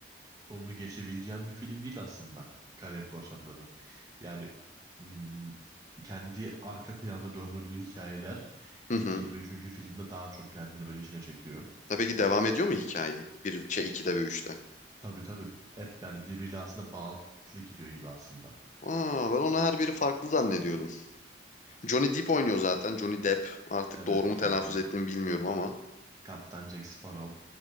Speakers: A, on the right; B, on the left.
A: onu geçebileceğim bir film değil aslında Karayip Korsanları. Yani mm, kendi arka planda döndürdüğü hikayeler
B: Hı
A: 2
B: hı.
A: ve üçüncü filmde daha çok kendini böyle içine çekiyor.
B: Ya peki devam ediyor mu hikaye? Bir şey 2'de ve üçte?
A: Tabii tabii. Hep yani birbiriyle aslında bağlantılı gidiyor gibi aslında.
B: Aa ben onu her biri farklı zannediyordum. Johnny Depp oynuyor zaten. Johnny Depp. Artık
A: Evet
B: doğru mu
A: Johnny
B: telaffuz
A: Depp,
B: ettiğimi bilmiyorum ama
A: Kaptan Jack Sparrow.